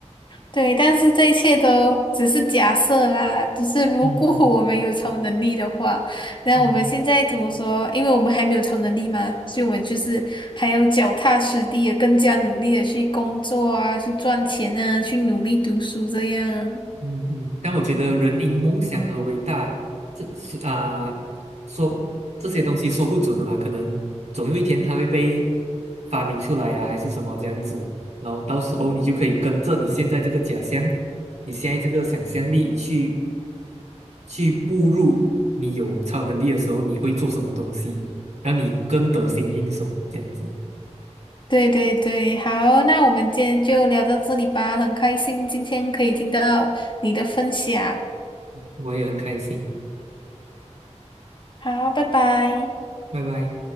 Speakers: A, on the left (about 40°); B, on the right (about 70°).
A: 对，但是这一切都只是假设啦，只是如果
B: 嗯嗯
A: <laughs> 我们有超能力的话，那我们现在怎么说？
B: 嗯。
A: 因为我们还没有超能力嘛，所以我们就是还要脚踏实地的，更加努力的去工作啊，去赚钱啊，去努力读书这样。
B: 嗯嗯，但我觉得人因梦想而伟大，这是啊、说这些东西说不准的嘛，可能总有一天它会被发明出来啊，还是什么这样子，然后到时候你就可以跟着你现在这个假象，你现在这个想象力去去步入你有超能力的时候，你会做什么东西，让你更得心应手，这样子，
A: 对对对，好，那我们今天就聊到这里吧，很开心今天可以听到你的分享，
B: 我也很开心，
A: 好，拜拜。
B: 拜拜。